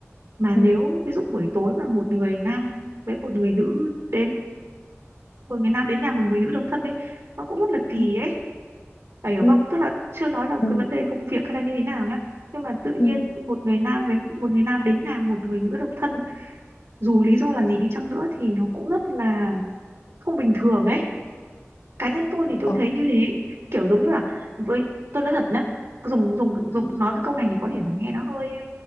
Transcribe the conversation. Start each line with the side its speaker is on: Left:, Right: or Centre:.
Right: Mà
Left: ừ,
Right: nếu ví dụ buổi tối mà một người nam với một người nữ đến Một người nam đến nhà một người nữ độc thân đấy Nó cũng rất là kỳ
Left: ừ,
Right: ấy Bà hiểu
Left: ừ,
Right: không? Tức là chưa nói là
Left: ừ,
Right: cái vấn đề công việc hay là như thế nào nhá. Nhưng mà tự nhiên
Left: ừ.
Right: một người nam với một người nam đến nhà một người nữ độc thân dù lý do là gì đi chăng nữa thì nó cũng rất là không bình thường ấy. Cá nhân tôi thì tôi
Left: Ồ.
Right: thấy như thế, kiểu giống như là với tôi nói thật nhá, dùng dùng dùng
Left: ừ,
Right: nói cái câu này thì có thể là nghe nó hơi